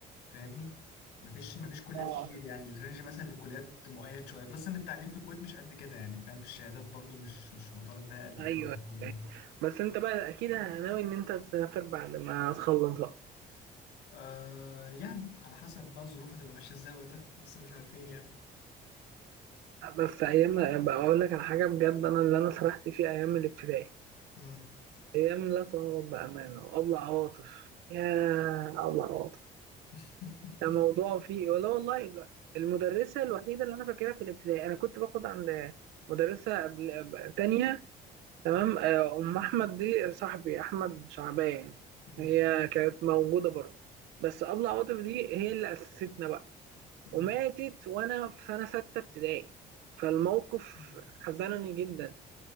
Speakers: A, on the left (about 90°); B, on the right (about 85°).
A: فاهمني مفيش مفيش كليات
B: اه
A: كتير يعني الرينج مثلا للكليات مؤيد شوية بلس إن التعليم في الكويت مش قد كده يعني فاهم الشهادات برضو مش مش معترف بها قد
B: ايوه
A: كده برضو يعني
B: أيوة. بس انت بقى اكيد ناوي ان انت تسافر بعد ما تخلص بقى
A: آه يعني على حسب بقى الظروف هتبقى ماشية ازاي وقتها لسه مش عارفين يعني
B: بس ايام بقى اقول لك على حاجه بجد انا اللي انا سرحت فيه ايام الابتدائي
A: مم.
B: ايام لا تعوض بامانه وابلع عواطف يا ابلع عواطف
A: <laughs>
B: الموضوع فيه ولا والله المدرسه الوحيده اللي انا فاكرها في الابتدائي انا كنت باخد عند مدرسه قبل تانية تمام آه، ام احمد دي صاحبي احمد شعبان
A: مم.
B: هي كانت موجوده برضه بس ابلع عواطف دي هي اللي اسستنا بقى
A: مم.
B: وماتت وانا في سنه سته ابتدائي فالموقف
A: مم.
B: حزنني جدا